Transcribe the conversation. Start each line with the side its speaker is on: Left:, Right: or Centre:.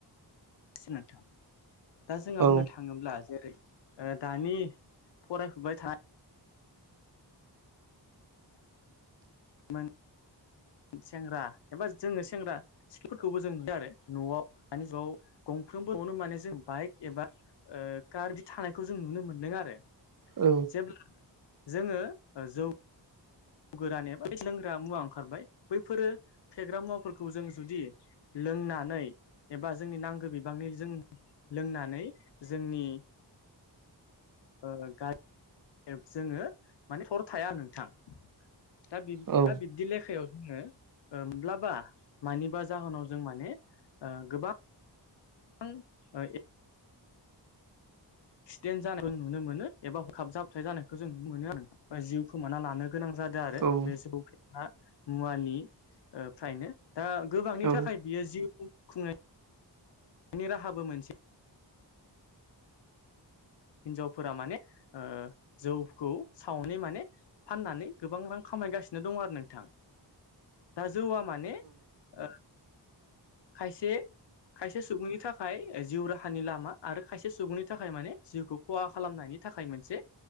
Left: <unintelligible> नोंथां। दा जोंहा
Right: औ
Left: बुंनो थाङोब्ला जेरै ओ दानि फरायफुबाय थानाय मोन सेंग्रा एबा जोङो सेंग्रा सिख्लाफोरखौबो जों नुदों आरो। न'आव दानि जुगाव गंफ्रोमबो न'आनो माने जों बाइक एबा ओ कार बिदि थानायखौ जों नुनो मोनदों आरो।
Right: औ
Left: जेब्ला जोङो जौ गोरान एबा बेबादि लोंग्रा मुवा ओंखारबाय बैफोरो फेग्रा मुवाफोरखौ जों जुदि लोंनानै एबा जोंनि नांगौ बिबांनि जों लोंनानै जोंनि ओ गारि जोङो माने हर थाया नोंथां। दा बिब
Right: औ
Left: दा बिब्दि लेखायाव जोङो म्लाबा मानिबा जाहोनाव जों माने ओ गोबां थां ओ ए सिडेन्ट जानायखौ जों नुनो मोनो एबा हरखाब जाबथाय जानायखौ जों नुनो मोनो आरो नोंथां। जिउ खोमाना लानो गोनां जादों आरो
Right: औ
Left: बे जौ फेना मुवानि ओ फ्रायनो। दा गोबांनि
Right: औ
Left: थाखाय बियो जिउ खुंनाय नि राहाबो मोनसे हिनजावफोरा माने ओ जौखौ सावनै माने फाननानै गोबां रां खामायगासिनो दं आरो नोंथां। दा जौआ माने ओ खायसे खायसे सुबुंनि थाखाय जिउ राहानि लामा आरो खायसे सुबुंनि थाखाय माने जिउखौ खहा खालामनायनि थाखाय मोनसे